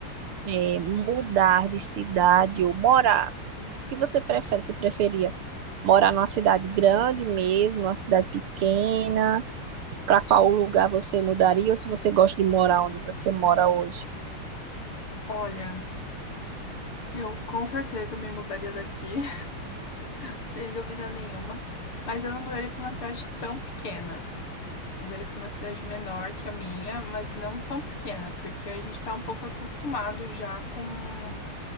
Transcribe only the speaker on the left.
Olha, eu com certeza me mudaria daqui, <laughs> sem dúvida nenhuma, mas eu não mudaria para uma cidade tão pequena. Mudaria para uma cidade menor que a minha, mas não tão pequena, porque a gente tá um pouco acostumado já com